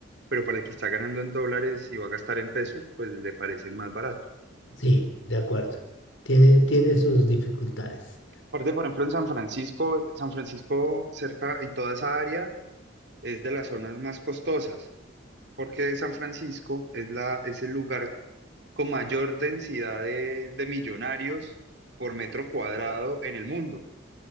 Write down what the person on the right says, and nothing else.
pero para el que está ganando en dólares y va a gastar en pesos, pues le parece más barato.
Aparte, por ejemplo, en San Francisco, San Francisco cerca y toda esa área es de las zonas más costosas. porque San Francisco es la, es el lugar con mayor densidad de, de millonarios por metro cuadrado en el mundo.